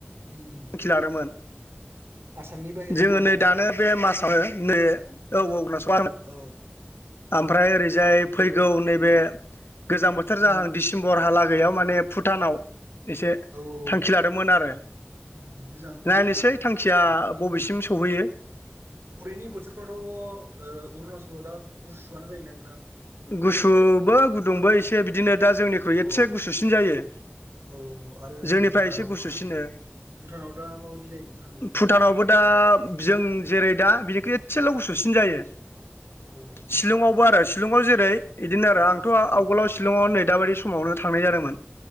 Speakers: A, on the right; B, on the left.
A: उम
B: थांखि लादोंमोन
A: आसामनि बाहेरायाव
B: जोङो
A: ना होमबा
B: नै
A: नोंथां
B: दानो बे मासावनो बे औ औ नसा
A: औ
B: ओमफ्राय ओरै जाय फैगौ
A: औ
B: नैबे गोजां बोथोर
A: उम
B: जाहां डसेम्बरहालागै माने फु टानाव एसे
A: औ औ
B: थांखि
A: औ
B: लादोंमोन आरो
A: उम मोजां होनबा
B: नायनोसै
A: नोंथां
B: थांखिया बबेसिम
A: उम
B: सहैयो
A: हरैनि बोथोरफ्राथ' ओ अरुणाचलाव दा गुसुआनो जायोना नोंथां
B: गुसुबो गुदुंबो एसे बिदिनो दा जोंनिख्रुइ
A: अ
B: एसे गुसुसिन जायो
A: औ आरो ओरै
B: जोंनिफ्राय
A: भुटानावथ'
B: एसे गुसुसिनो
A: भुटानाव दा माबायदि जायो नोंथां ओरैनो
B: भुटानावबो दा जों जेरै दा बिनिखै एसेल' गुसुसिन जायो
A: ओरैनो
B: शिलंआवबो आरो शिलंआव जेरै इदिनो आरो
A: औ औ
B: आंथ' आवगोलाव शिलंआव नैदाबादि समावनो थांनाय जादोंमोन